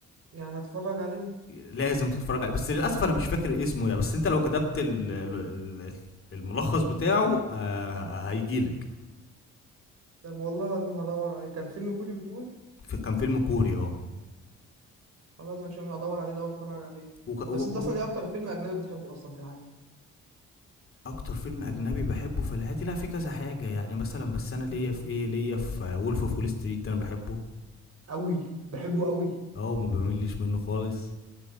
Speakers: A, on the right; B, on the left.
A: يعني هتفرج عليه
B: لازم تتفرج عليه بس للاسف انا مش فاكر اسمه يعني بس انت لو كتبت ال- ال- ال- الملخص بتاعه آه،
A: مم.
B: هيجيلك
A: طب والله العظيم هدور عليه كان فيلم كوري بتقول
B: ف- كان فيلم كوري اه
A: خلاص ماشي انا هدور عليه ده واتفرج عليه
B: وك- و-
A: بس انت
B: و-
A: اصلا ايه اكتر فيلم اجنبي بتحبه اصلا في العادي
B: اكتر فيلم اجنبي بحبه في العادي لا في كذا حاجه يعني مثلا بس انا ليا
A: زي
B: في
A: ايه
B: ايه ليا في وولف اوف وول ستريت ده انا بحبه
A: قوي بحبه قوي
B: اه وما بملش منه خالص